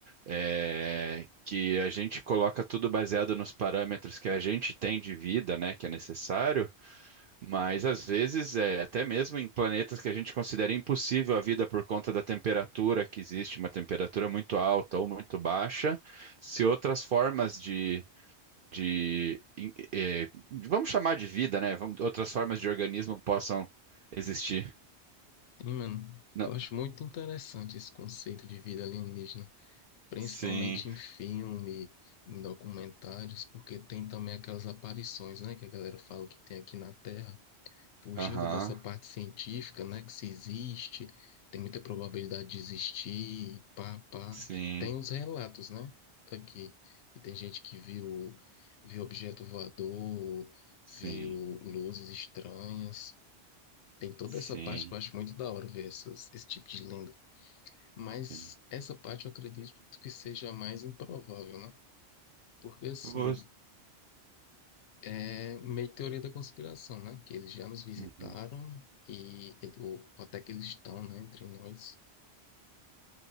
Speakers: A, on the right; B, on the left.
A: é, que a gente coloca tudo baseado nos parâmetros que a gente tem de vida, né, que é necessário, mas às vezes, é, até mesmo em planetas que a gente considera impossível a vida por conta da temperatura que existe, uma temperatura muito alta ou muito baixa, se outras formas de de, em- eh, de- vamos chamar de vida, né? Vamos- outras formas de organismo possam existir.
B: Sim, mano,
A: Não.
B: eu acho muito interessante esse conceito de vida alienígena, principalmente
A: Sim,
B: em filme, em documentários, porque tem também aquelas aparições, né, que a galera fala que tem aqui na Terra. fugindo
A: aham,
B: dessa parte científica, né, que se existe, tem muita probabilidade de existir, e pá, pá.
A: sim,
B: Tem os relatos, né, aqui. E tem gente que viu, viu objeto voador,
A: sim,
B: viu luzes estranhas. Tem toda
A: sim,
B: essa parte que eu acho muito da hora ver essas, esse tipo de lenda. Mas
A: sim.
B: essa parte eu acredito que seja a mais improvável, né? Porque assim,
A: Você,
B: É meio teoria da conspiração, né? Que eles já nos visitaram
A: uhum.
B: e ele- ou até que eles estão, né, entre nós.